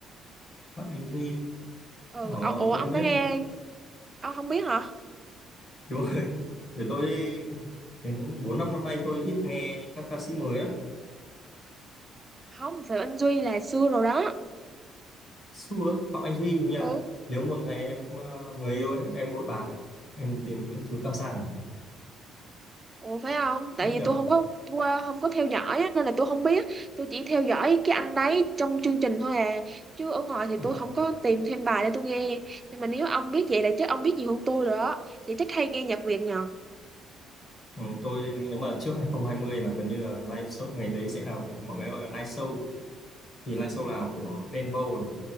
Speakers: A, on the left (about 40°); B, on the right (about 20°).
A: Phạm Anh Duy
B: ừ,
A: Ồ,
B: ồ, ủa
A: tôi
B: ông
A: không biết.
B: đã nghe
A: <laughs>
B: ông không biết hả
A: Đúng rồi. Vì tôi đến 4 5 năm nay tôi ít nghe các ca sĩ mới á.
B: không Phạm Anh Duy là xưa rồi đó
A: Xưa Phạm Anh Duy hình như là
B: ừ
A: nếu một ngày em ờ, người yêu em bội bạc à, em tìm những thứ cao sang
B: Ủa phải không? Tại
A: đúng
B: vì
A: nhỉ?
B: tôi không có qua- không có theo dõi á, nên là tôi không biết. Tôi chỉ theo dõi cái anh đấy trong chương trình thôi à. Chứ ở ngoài thì
A: À
B: tôi không có tìm thêm bài để tôi nghe. Nhưng mà nếu ông biết vậy là chắc ông biết nhiều hơn tôi rồi đó. Vậy chắc hay nghe nhạc Việt nhờ.
A: ừ, tôi nếu mà trước 2020 là gần như là live show ngày đấy sẽ là mọi người gọi là live show thì live show là của Đen Vâu này,